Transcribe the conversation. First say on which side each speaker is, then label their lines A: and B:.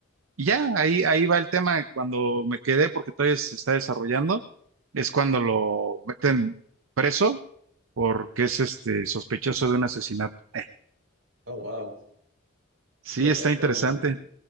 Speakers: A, on the right; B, on the right.
A: Y ya, ahí, ahí va el tema. Cuando me quedé, porque todavía se está desarrollando, es cuando lo meten preso porque es este sospechoso de un asesinato. Eh,
B: Oh, wow.
A: sí,
B: Sí, esa
A: está
B: es
A: interesante.
B: con,